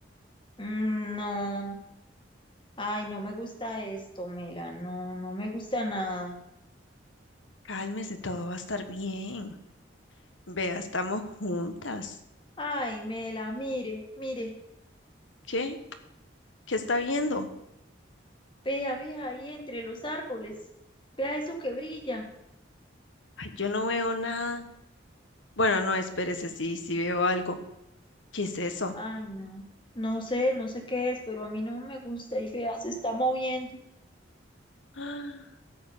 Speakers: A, on the left; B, on the left.
A: Mm, no, ay, no me gusta esto, Mela, no, no me gusta nada.
B: Cálmese, todo va a estar bien. Vea, estamos juntas.
A: Ay, Mela, mire, mire,
B: ¿Qué? ¿Qué está viendo?
A: vea, vea ahí entre los árboles, vea eso que brilla.
B: Ay, yo no veo nada. Bueno, no, espérese, sí, sí veo algo. ¿Qué es eso?
A: Ay, no, no sé, no sé qué es, pero a mí no me gusta y vea, se está moviendo.
B: Ah,